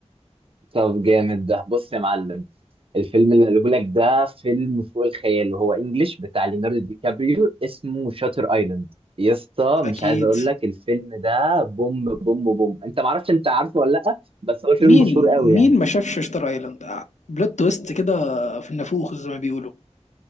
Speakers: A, on the right; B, on the left.
A: طب جامد ده بص يا معلم الفيلم اللي قاله لك ده فيلم فوق الخيال وهو انجليش بتاع ليوناردو دي كابريو اسمه شاتر ايلاند يا اسطى
B: اكيد
A: مش عايز اقول لك الفيلم ده بوم بوم بوم انت معرفش انت عارفه ولا لا بس هو الفيلم
B: مين
A: مشهور قوي
B: مين
A: يعني
B: ما شافش شتر ايلاند بلوت تويست كده في النافوخ زي ما بيقولوا